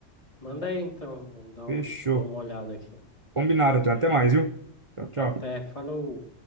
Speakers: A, on the left; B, on the right.
A: Manda aí então, vamos dar
B: Fechou.
A: um, dou uma olhada aqui.
B: Combinado, então. Até mais, viu? Tchau, tchau.
A: Até, falou!